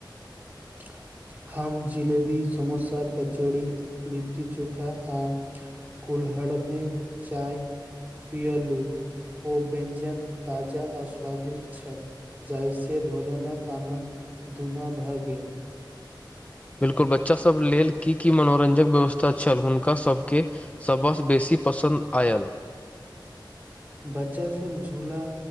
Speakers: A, on the right; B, on the left.
A: <unintelligible> हम जिलेबी समोसा कचौड़ी लिट्टी चोखा आ कुल्हड़ में चाय पियलू ओ व्यञ्जन ताजा आ स्वादिष्ट छल जाहिसँ भोजनक आनन्द दुना भऽ गेल
B: बिल्कुल बच्चा सब लेल की की मनोरंजक व्यवस्था छल हुनका सबके सभसँ बेसी पसन्द आयल
A: बच्चा सभ झूला